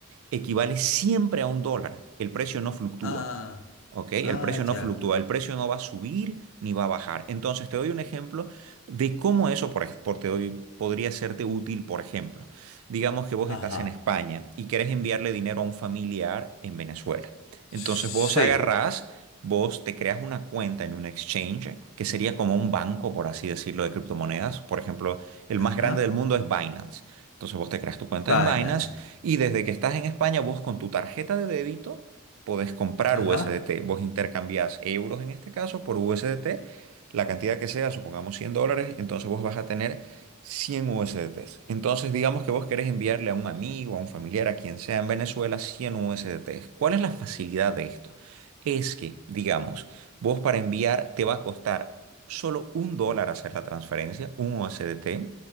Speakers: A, on the right; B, on the left.
A: equivale siempre a un dólar. El precio no fluctúa.
B: Ah.
A: ¿Ok? El
B: Ah,
A: precio no
B: ya.
A: fluctúa, el precio no va a subir ni va a bajar. Entonces, te doy un ejemplo de cómo eso, por, ej- por te doy, podría serte útil, por ejemplo. Digamos que vos
B: Ajá.
A: estás en España y querés enviarle dinero a un familiar en Venezuela. Entonces,
B: Sí.
A: vos agarrás, vos te creas una cuenta en un exchange, que sería como un banco, por así decirlo, de criptomonedas. Por ejemplo, el
B: Ajá.
A: más grande del mundo es Binance. Entonces, vos te creas tu cuenta
B: Binance.
A: en Binance y desde que estás en España, vos con tu tarjeta de débito podés comprar
B: Ajá.
A: USDT. Vos intercambiás euros en este caso por USDT, la cantidad que sea, supongamos 100 dólares, entonces vos vas a tener 100 USDTs. Entonces digamos que vos querés enviarle a un amigo, a un familiar, a quien sea en Venezuela 100 USDTs. ¿Cuál es la facilidad de esto? Es que, digamos, vos para enviar te va a costar solo un dólar hacer la transferencia, un USDT,